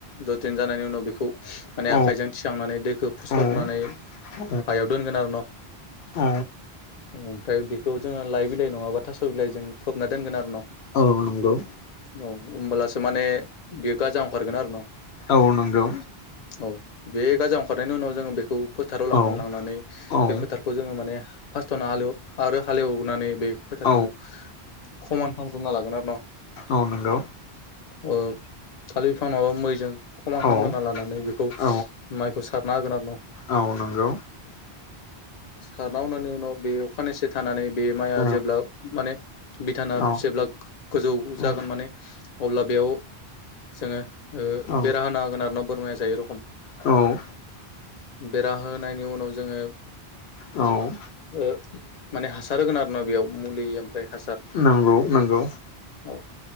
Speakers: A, on the left (about 45°); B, on the left (about 80°).
A: दस दिन जानायनि उनाव बेखौ माने
B: औ
A: आखाइजों थिखांनानै दैखौ फुसरनानै
B: औ औ
A: हायाव दोनगोन आरो न'
B: औ
A: ओमफ्राय बेखौ लइ बिलाइ नङाबा थास' जों खबना दोनगोन आरो न'
B: औ नंगौ
A: औ होमब्लासो माने बेयो गाजा ओंखारगोन आरो ना
B: औ नंगौ
A: औ बे गाजा ओंखारनायनि उनाव जोङो बेखौ फोथाराव लांगोन
B: औ
A: लांनानै
B: औ
A: बे फोथारखौ जोङो माने फार्स्टआवनो हालेव आरो हालेवनानै बे फोथारखौ
B: औ
A: खमान खालामग्रोनना लागोन आरो ना
B: औ नंगौ
A: ओ खालिर बिफां नाबा मैजों खमान
B: औ
A: खालामामलना लानानै बेखौ
B: औ
A: माइखौ सारना होगोन आरो ना
B: औ नंगौ
A: सारना हनि उनाव बे अखानाय सो थानानै बे माइआ
B: औ
A: जेब्ला माने बिथाना
B: औ
A: जेब्ला गोजौ जागोन
B: औ
A: माने अब्ला बेयाव जोङो ओ
B: औ
A: बेरा होन हागोन आरो ना बोरमाया जायो रखम
B: औ
A: बेरा होनायनि उनाव जोङो
B: औ
A: ओ माने हासार होगोन आरो ना बेयाव मुलि ओमफ्राय हासार
B: नंगौ नंगौ
A: औ